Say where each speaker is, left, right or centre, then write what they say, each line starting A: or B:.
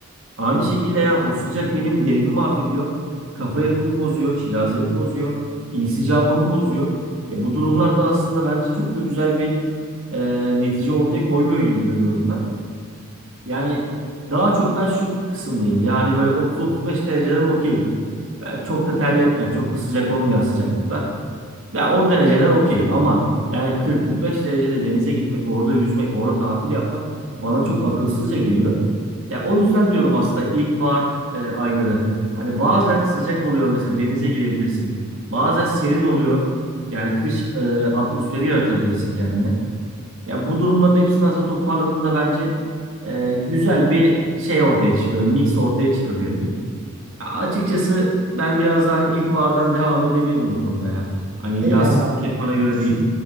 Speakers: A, on the right; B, on the right.
A: Aynı şekilde yani o sıcak benim derimi mahvediyor. Kafa yapımı bozuyor, şirazemi bozuyor, insicamımı bozuyor. E, bu durumlarda aslında bence çok da güzel bir e, netice ortaya koymuyor gibi görüyorum ben. Yani daha çok ben şu kısımdayım. Yani böyle 30-35 dereceler okey. Yani Çok da terletmeyen, çok da sıcak olmayan sıcaklıklar. Ya o dereceler okey ama yani 40-45 derecede denize gitmek, orada yüzmek, orada tatil yapmak bana çok akılsızca geliyor. Ya o yüzden diyorum aslında ilkbahar e, ayları. Hani bazen sıcak oluyor mesela denize girebilirsin. Bazen serin oluyor. Yani kış e, atmosferi yaratabilirsin kendine. Ya bu durumların hepsini aslında toparladığında bence e, güzel bir şey ortaya çıkıyor. Mix ortaya çıkarıyor diyeyim. Ya açıkçası ben biraz daha hani ilkbahardan <laughs> devam edebilirim bu konuda ya. Hani
B: Şey
A: yaz
B: ya bak
A: pek bana göre
B: şu
A: değil.